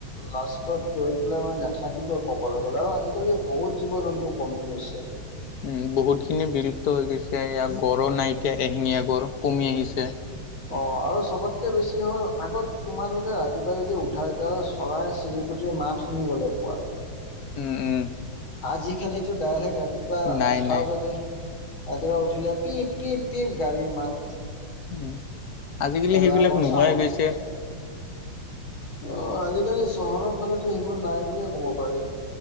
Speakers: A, on the left; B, on the left.
A: লাষ্টত গৈ পেলাই মানে নেথাকিব ক'বলৈ গ'লে আৰু আজিকালি বহুত জীৱ - জন্তু কমি গৈছে।
B: উম, বহুতখিনি বিলুপ্ত হৈ গৈছে, ইয়াৰ গড়ো নাই এতিয়া এহেঙীয়া গড় কমি আহিছে।
A: অ আৰু চবতকে বেছি হয় আগত তোমালোকে ৰাতিপুৱা যদি উঠাই তেতিয়া চ চৰাই - চিৰিকটিৰ মাত শুনিবলৈ পোৱা।
B: উম উম
A: আজিকালিটো ডাইৰেক্ট ৰাতিপুৱা
B: নাই
A: উঠাও
B: নাই
A: যদি ৰাতিপুৱা উঠিলে পিপ পিপ পিপ গাড়ীৰ মাত।
B: উম, আজিকালি
A: এলাৰ্মৰ
B: সেইবিলাক নোহোৱাই
A: চাউণ্ড
B: গৈছে।
A: অ, আজিকালি চহৰৰ ফালেতো সেইবোৰ নাই বুলিয়ে ক'ব পাৰি।